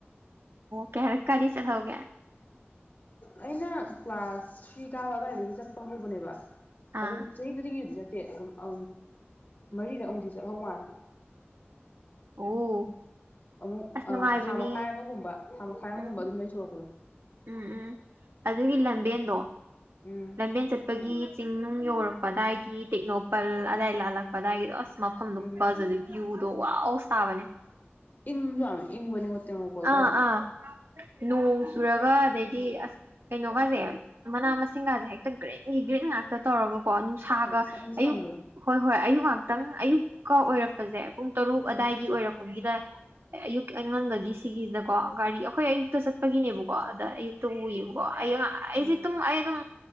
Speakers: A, on the right (about 65°); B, on the left (about 45°).
A: ꯀꯌꯥꯔꯛ ꯀꯥꯗꯤ ꯆꯠꯍꯧꯒꯦ
B: ꯑꯩꯅ ꯀ꯭ꯂꯥꯁ ꯊ꯭ꯔꯤ ꯀꯥꯕ ꯑꯗꯨꯋꯥꯏꯗꯒꯤ ꯆꯠꯄ ꯍꯧꯕꯅꯦꯕ
A: ꯑꯥ
B: ꯑꯗꯨꯝ ꯆꯍꯤ ꯈꯨꯗꯤꯡꯒꯤꯖꯦ ꯑꯗꯨꯝ ꯑ ꯃꯔꯤꯗ ꯑꯃꯨꯛꯁꯨ ꯆꯠꯍꯧ ꯃꯥꯜ
A: ꯑꯣ
B: ꯑꯃꯨꯛ
A: ꯑꯁ ꯅꯨꯡꯉꯥꯏꯕꯅꯦ
B: ꯊꯥ ꯃꯈꯥꯏ ꯑꯃꯒꯨꯝꯕ ꯊꯥ ꯃꯈꯥꯏꯔꯣꯝꯒꯨꯝꯕ
A: ꯎꯝ
B: ꯑꯗꯨꯝ ꯂꯣꯏꯊꯣꯔꯛꯄꯗꯣ
A: ꯎꯝ ꯎꯝ ꯑꯗꯨꯒꯤ ꯂꯝꯕꯦꯟꯗꯣ
B: ꯎꯝ
A: ꯂꯝꯕꯦꯟ ꯆꯠꯄꯒꯤ ꯆꯤꯡ ꯌꯧꯔꯛꯄ ꯑꯗꯥꯏꯒꯤ ꯇꯦꯛꯅꯧꯄꯜ ꯑꯗꯥꯏ ꯂꯥꯜꯂꯛꯄꯗꯥꯏꯒꯤꯗꯣ ꯑꯁ ꯃꯐꯝꯗꯨꯣ
B: ꯎꯝ
A: ꯈꯨꯐꯖꯗꯤ ꯚ꯭ꯌꯨꯗꯣ ꯋꯥꯁ ꯇꯥꯕꯅꯦ
B: ꯏꯪꯁꯨ ꯌꯥꯝ ꯏꯪꯕꯅꯤꯉꯣ ꯇꯦꯡꯅꯧꯄꯜ ꯑꯗꯨꯋꯥꯏꯗꯣ
A: ꯑꯥ ꯑꯥ ꯅꯣꯡ ꯑꯗꯩꯗꯤ ꯑꯁ ꯀꯩꯅꯣꯒꯁꯦ ꯃꯅꯥ ꯃꯁꯤꯡꯒꯁꯦ ꯍꯦꯛꯇ ꯒ꯭ꯔꯤꯒꯤ ꯒ꯭ꯔꯤꯟ ꯉꯥꯛꯇ ꯇꯧꯔꯕ ꯀ ꯅꯨꯡꯁꯥꯒ
B: ꯍꯣꯏ ꯏꯁꯪ
A: ꯑꯌꯨꯛ
B: ꯁꯪꯕꯗꯣ
A: ꯍꯣꯏ ꯍꯣꯏ ꯑꯌꯨꯛ ꯉꯥꯛꯇꯪ ꯑꯌꯨꯛ ꯀꯣ ꯑꯣꯏꯔꯛꯄꯁꯦ ꯄꯨꯡ ꯇꯔꯨꯛ
B: ꯎꯝ
A: ꯑꯗꯥꯋꯥꯏꯒꯤ ꯑꯣꯏꯔꯛꯄꯒꯤꯗ ꯑꯌꯨꯛ ꯑꯩꯉꯣꯟꯕꯒꯤ ꯁꯤꯒꯤꯁꯤꯗ ꯀꯣ ꯒꯥꯔꯤ ꯑꯩꯈꯣꯏ ꯑꯌꯨꯛꯇ ꯆꯠꯄꯒꯤ ꯀꯣ ꯑꯗ ꯑꯌꯨꯛꯇ ꯎꯌꯦꯕꯀꯣ ꯑꯩ ꯑꯩꯁꯦ
B: ꯎꯝ
A: ꯑꯗꯨꯝ ꯑꯩ ꯑꯗꯨꯝ